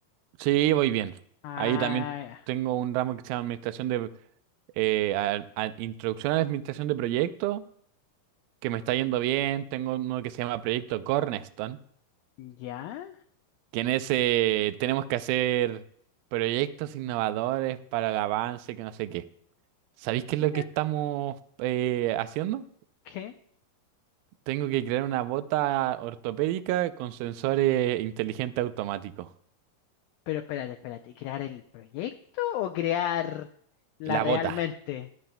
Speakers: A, on the right (about 80°); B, on the left (about 80°).
A: Sí, voy bien.
B: Ah,
A: Ahí también
B: ya.
A: tengo un ramo que se llama Administración de... eh, a- a- Introducción a la Administración de Proyectos. que me está yendo bien. Tengo uno que se llama Proyecto Cornerstone,
B: ¿Ya?
A: que en ese tenemos que hacer proyectos innovadores para el avance, que no sé qué. ¿Sabéis qué es
B: Mira,
A: lo que estamos eh, haciendo?
B: ¿qué?
A: Tengo que crear una bota ortopédica con sensores inteligentes automáticos.
B: Pero espérate, espérate, ¿crear el proyecto o crear la
A: La
B: realmente?
A: bota.